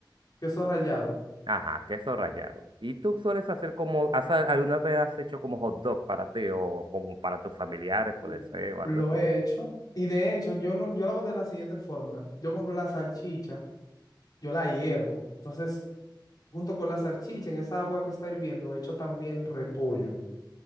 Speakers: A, on the left; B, on the right.
A: Queso rallado.
B: Ajá, queso rallado. ¿Y tú sueles hacer como, has- alguna vez has hecho como hot dog para ti o como para tus familiares,
A: Sí.
B: puede ser, o algo
A: Lo
B: así?
A: he hecho. Y de hecho, yo lo, yo lo hago de la siguiente forma. Yo compro la salchicha, yo la hiervo. Entonces, junto con la salchicha, en esa agua que está hirviendo, echo también repollo